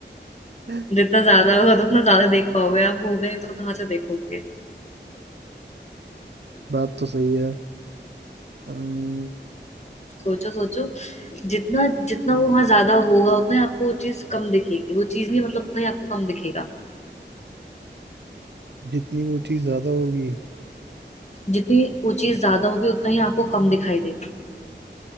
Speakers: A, on the right; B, on the left.
A: <laughs>
B: जितना ज्यादा होगा तो उतना ज्यादा देख पाओगे आप हो गए तो कहाँ से देखोगे
A: बात तो सही है अम्म,
B: सोचो सोचो जितना जितना वो वहां ज्यादा होगा उतना ही आपको वो चीज कम दिखेगी वो चीज नहीं मतलब उतना ही आपको कम दिखेगा
A: जितनी वो चीज ज्यादा होगी
B: जितनी वो चीज ज्यादा होगी उतना ही आपको कम दिखाई देगा